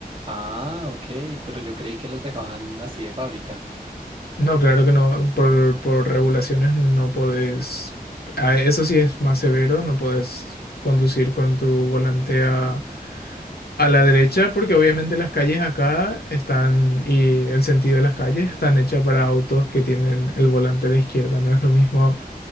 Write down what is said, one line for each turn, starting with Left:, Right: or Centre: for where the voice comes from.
Right: Ah, ok, pero yo creí que los dejaban así de fábrica.
Left: No, claro que no. Por, por regulaciones no podés. ah, Eso sí es más severo, no podés conducir con tu volante a, a la derecha, porque obviamente las calles acá están, y el sentido de las calles están hechas para autos que tienen el volante a la izquierda. No es lo mismo